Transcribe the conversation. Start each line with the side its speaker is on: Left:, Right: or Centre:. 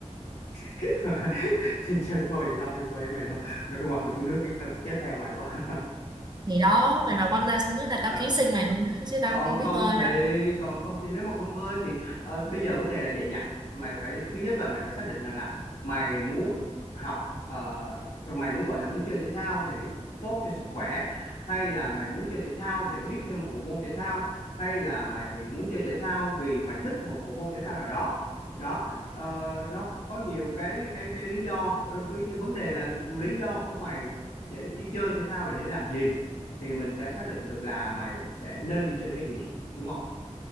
Left: <laughs> Trời, trời, thôi tao không đi bơi với mày đâu mày phải quăng mày xuống nước cái tao chết theo mày quá <laughs>
Right: Thì đó,
Left: à,
Right: mày mà quăng ra xuống nước là
Left: à,
Right: tao ký sinh mày luôn đó, chứ tao
Left: còn
Right: không biết
Left: không
Right: bơi
Left: thì còn không thì nếu mà không bơi thì ờ, bây giờ vấn đề là vậy nha mày phải thứ nhất là mày phải xác định rằng là mày muốn học ờ, ờ, mày muốn gọi là muốn chơi thể thao để tốt cho sức khỏe hay là mày muốn chơi thể thao để biết thêm một bộ môn thể thao hay là mày muốn chơi thể thao vì mày thích một bộ môn thể thao nào đó đó ờ, nó có nhiều cái cái cái lý do Ờ, với cái vấn đề là lý do của mày để đi chơi thể thao là để làm gì thì mình sẽ xác định được là mày sẽ nên đi chơi cái gì đúng không